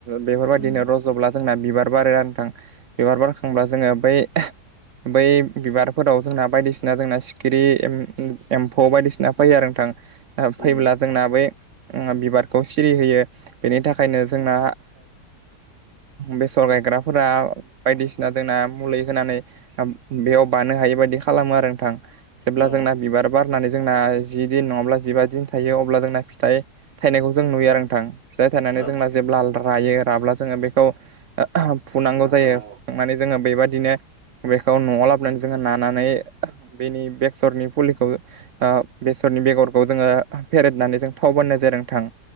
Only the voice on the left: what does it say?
उम
उम
औ
औ